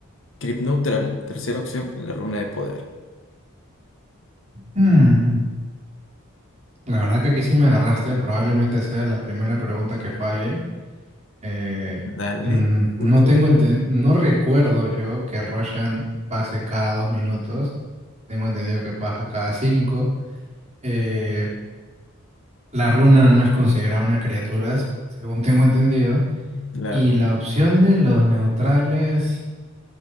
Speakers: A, on the left; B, on the right.
A: Crypt Neutral. Tercera opción, la runa de poder.
B: Hmm, La verdad que aquí sí me agarraste. Probablemente sea la primera pregunta que falle. Eh,
A: Dale.
B: mm,
A: Escucho.
B: no tengo enten- no recuerdo yo que Roshan pase cada dos minutos. Tengo entendido que pasa cada cinco. Eh, la runa no es considerada una criatura, según tengo entendido.
A: Claro.
B: Y la opción de los neutrales,